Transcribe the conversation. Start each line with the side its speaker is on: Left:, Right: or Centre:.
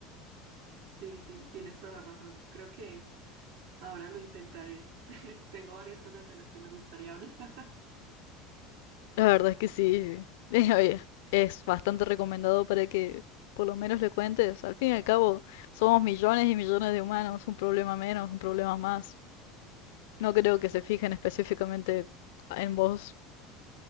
Right: sí, sí, tienes toda la razón. Creo que... Ahora lo intentaré. <laughs> Tengo varias cosas de las que me gustaría hablar. <laughs>
Left: La verdad es que sí. <laughs> eh, Oye, es bastante recomendado para que por lo menos le cuentes. Al fin y al cabo, somos millones y millones de humanos, un problema menos, un problema más. No creo que se fijen específicamente en vos.